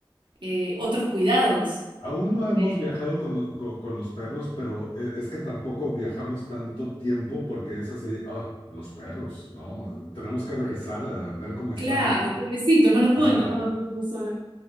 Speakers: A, on the right; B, on the left.
A: eh, otros cuidados.
B: Aún no hemos
A: Eh,
B: viajado con, con- con los perros, pero eh, es que tampoco viajamos tanto tiempo porque es así, ah, los perros, ¿no? Tenemos que regresar a ver cómo están.
A: claro, pobrecito,
B: Ajá.
A: no los pueden dejar tanto tiempo solos.